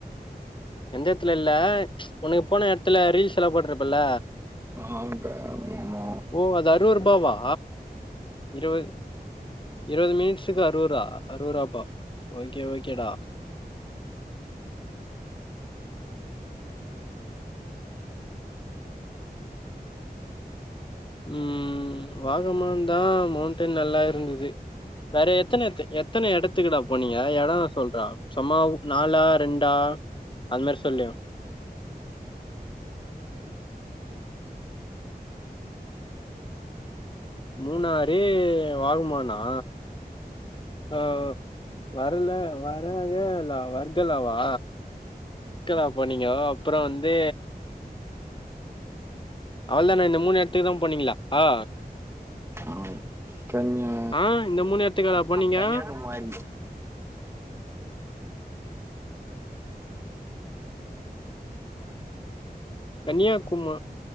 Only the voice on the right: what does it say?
ஆங்க மோ
ஆவ் கன்யா
கண்யாகுமாரி